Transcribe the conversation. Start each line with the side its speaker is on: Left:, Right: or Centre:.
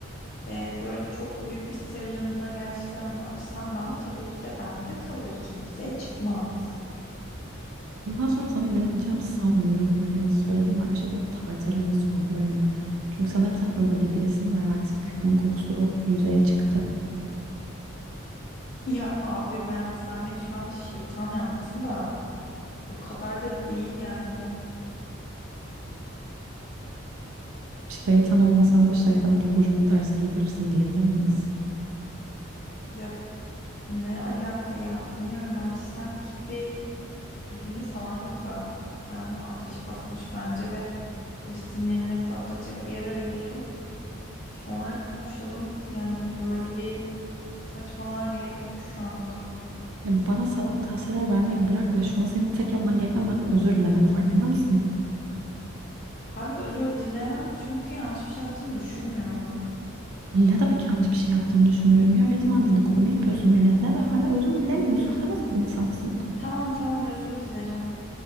Left: e, böyle çok büyük bir sırrını gerçekten açsan bana tabii ki de bende kalır kimseye çıkmaz. <laughs>
Right: Bundan sonra sana güvenebileceğimi sanmıyorum. Hani söylediğim her şeyde tartarım ve sorgularım. Çünkü sanırım sen öyle birisin ve artık bunun kokusu yüzeye çıktı.
Left: Ya abi ben sen beni şu anda şeytan yaptın da o kadar da değil yani.
Right: Şeytan olmasan da şeytana pabucunu ters giydirirsin diyebilir miyiz?
Left: Ya ne alaka ya bilmiyorum bence sen git bir Yüzünü falan yıka. Sana ateş basmış bence ve böyle sinirini patlatacak bir yer arıyorsun. Sonra konuşalım. Yani böyle bir saçmalığa gerek yok şu anda.
Right: Ya bana salak tavsiyeler vermeyi bırak ve şu an senin tek yapman gereken benden özür dilemek farkında mısın?
Left: Abi özür dilemem çünkü yanlış bir şey yaptığımı düşünmüyorum.
Right: Ne demek yanlış bir şey yaptığını düşünmüyorum ya. Resmen dedikodumu yapıyorsun milletle ve hala özür dilemiyorsun. Sen nasıl bir insansın?
Left: Tamam tamam özür dilerim.